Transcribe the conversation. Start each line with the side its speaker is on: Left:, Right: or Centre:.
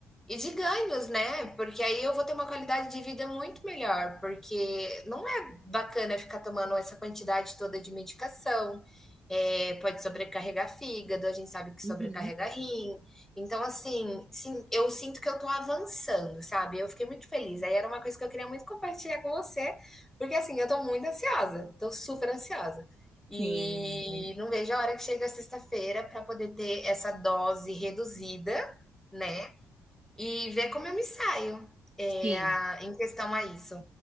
Centre: e de ganhos, né? Porque aí eu vou ter uma qualidade de vida muito melhor, porque não é bacana ficar tomando essa quantidade toda de medicação, é, pode sobrecarregar fígado, a gente sabe que
Right: Uhum.
Centre: sobrecarrega rim. Então, assim, sim, eu sinto que eu tô avançando, sabe? Eu fiquei muito feliz. Aí era uma coisa que eu queria muito compartilhar com você, porque assim, eu tô muito ansiosa, tô super ansiosa. E
Right: Sim,
Centre: não vejo a hora que chega a sexta-feira para poder ter essa dose reduzida né? E ver como eu me saio, eh,
Right: sim.
Centre: a em questão a isso.